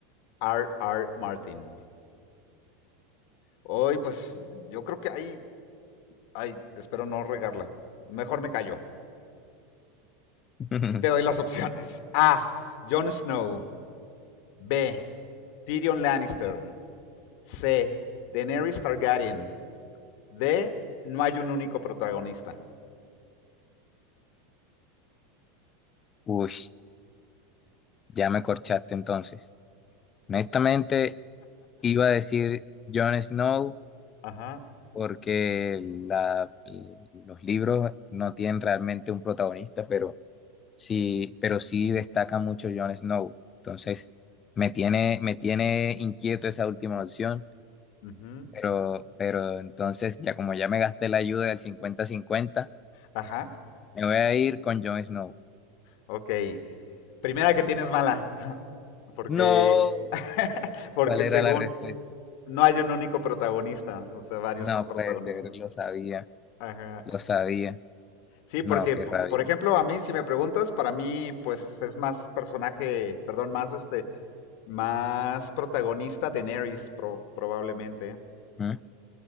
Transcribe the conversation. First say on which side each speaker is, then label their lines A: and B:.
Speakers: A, on the left (about 60°); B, on the left (about 30°).
A: R. R. Martin? Hoy, pues yo creo que ahí, ay, espero no regarla. Mejor me callo.
B: <laughs>
A: Y te doy las opciones. A. Jon Snow. B. Tyrion Lannister. C. Daenerys Targaryen. de no hay un único protagonista.
B: Uy. Ya me corchaste entonces. Honestamente, iba a decir Jon Snow
A: Ajá.
B: porque la- los libros no tienen realmente un protagonista, pero sí, pero sí destaca mucho Jon Snow. Entonces, me tiene, me tiene inquieto esa última opción,
A: ujú,
B: pero, pero entonces, ya como ya me gasté la ayuda del cincuenta-cincuenta,
A: Ajá.
B: me voy a ir con Jon Snow.
A: Ok. Primera que tienes mala. <laughs> Porque,
B: No,
A: <laughs> porque
B: ¿cuál era
A: según
B: la respuesta?
A: no hay un único protagonista. O sea, varios
B: No
A: son protagonistas.
B: puede ser, lo sabía,
A: Ajá.
B: lo sabía.
A: Sí,
B: No,
A: porque,
B: qué
A: p-
B: rabia.
A: por ejemplo, a mí, si me preguntas, para mí, pues es más personaje, perdón, más este, más protagonista Daenerys, pro- probablemente.
B: ¿Mm?